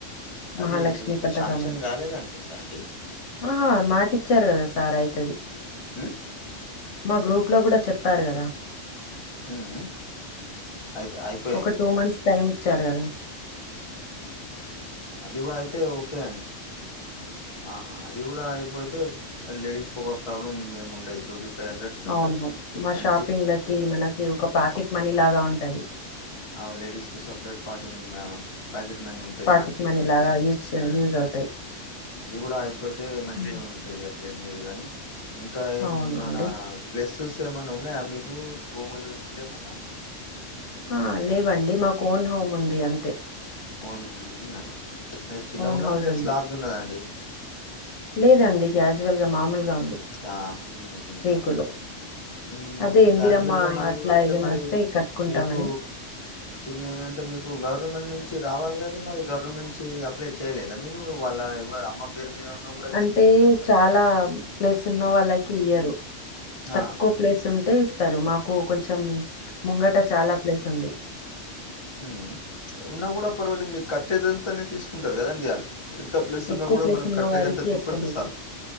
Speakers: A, on the left; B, on the left.
A: అది
B: మహాలక్ష్మి
A: ఇంకా
B: పథకం
A: శాంక్షన్
B: అని.
A: కాలేద అనుకుంటా అండి
B: ఆహా మాటిచ్చారు కదా సార్ అయితది
A: ఉమ్
B: మా గ్రూప్ లో కూడా చెప్ప చెప్పారు కదా
A: ఉ హు అయితే అయితది
B: ఒక టూ మంత్స్ టైమ్ ఇచ్చారు కదా
A: అది కూడా అయితే ఓకే అండి ఆహా అది కూడా అయిపోతే లేడీస్ ఒక ప్రాబ్లమ్ ఏమి ఉండేది ట్వంటీ ఫైవ్ హండ్రెడ్ అంటే
B: అవును మా
A: మంత్లీ
B: షాపింగ్ లకి మనకి ఒక ప్యాకెట్ మనీ లాగా ఉంటది
A: అవ్ లేడిస్ కు సప్రేట్ పార్టీ హ్మ్ మామ్ ప్యాకెట్ మన్యూం ఉంటది
B: పాకెట్
A: మంత్లీ
B: మనీ
A: మంత్లీది
B: లాగా యూజ్
A: ఊ
B: యూజ్ అవుతాయి.
A: అది గూడా అయిపోతే మంచిగ
B: మ్మ్.
A: ఉంటది అట్ అట్లేం లేదు గానీ ఇంకా ఏం
B: అవును
A: మనా
B: అండి.
A: ప్లెస్సెస్ ఏమన్నా ఉన్నయా మీకూ భూముల్ గీముల్ ఏమన్నా
B: ఆ లేవండి మాకు ఓన్ హోమ్ ఉంది అంతే
A: ఓన్ హోమ్ ఉన్నది అదే చిన్నగ
B: ఓన్
A: ఉన్నదా
B: హౌస్
A: లే
B: ఉంది.
A: స్లాబ్ది ఉన్నదా అండి
B: లేదండి క్యాజువల్గ మాముల్గ ఉంది
A: <unintelligible>
B: రేకులు.
A: ఊ
B: అదే ఇందిరమ్మ
A: క్యాజువల్ గా మ్యాగూ
B: అట్లా
A: అంటే
B: ఏదైనా
A: మరీ
B: వస్తే కట్టుకుంటామని.
A: మీకూ చిన్న అంటే మీకు గవర్నమెంట్ నుంచి రావాల్ గదె మరి గవర్నమెంట్ నుంచి అప్లైచ్ చేయలేదా మీరూ వాళ్ళ ఎవ్వ అమ్మ పేరు మీద ఉన్న గూడ
B: అంటే చాలా ప్లేస్ ఉన్న వాళ్ళకి ఇయ్యరు తక్కువ
A: ఆ
B: ప్లేస్ ఉంటే ఇస్తారు మాకు కొంచెం ముంగట చాలా ప్లేస్ ఉంది
A: ఊఉ ఉన్నా గూడ పర్వాలేద్ మీ కట్టేదెంతనే తీసుకుంటారు గదండి ఆళ్ ఎంత ప్లేస్ ఉన్నా
B: ఎక్కువ
A: గూడా
B: ప్లేస్
A: మనం
B: ఉన్న
A: కట్టేదెంత
B: వారికి
A: చూపెడ్తే
B: ఇస్తలేదు
A: సాల్